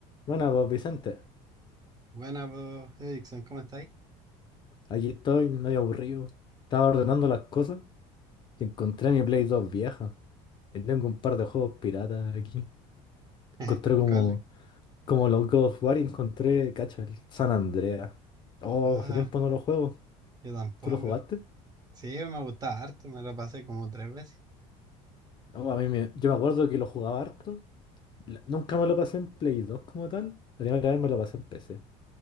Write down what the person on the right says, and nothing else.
Buena, pues, Erickson, ¿cómo estáis?
<laughs>
Carl-
Ah,
yo tampoco.
Sí, me gustaba harto, me lo pasé como tres veces.